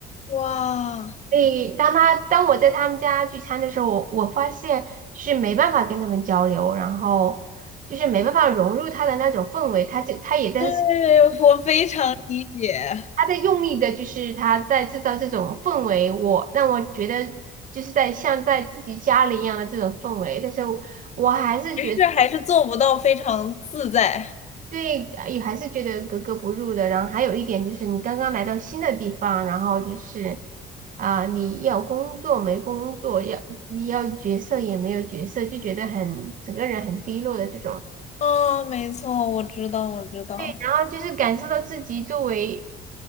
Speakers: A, on the left; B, on the right.
A: 哇，
B: 所以当他当我在他们家聚餐的时候，我我发现是没办法跟他们交流，然后就是没办法融入他的那种氛围，他就他也在
A: 对，
B: <laughs>
A: 我非常理解。
B: 他在用力的，就是他在制造这种氛围，我让我觉得就是在像在自己家里一样的这种氛围，但是我还是觉得。
A: 只是还是做不到非常自在。
B: 对，呃也还是觉得格格不入的。然后还有一点就是，你刚刚来到新的地方，然后就是啊、你要工作没工作，要你要角色也没有角色，就觉得很整个人很低落的这种。
A: 啊，没错，我知道，我知道。
B: 对，然后就是感受到自己作为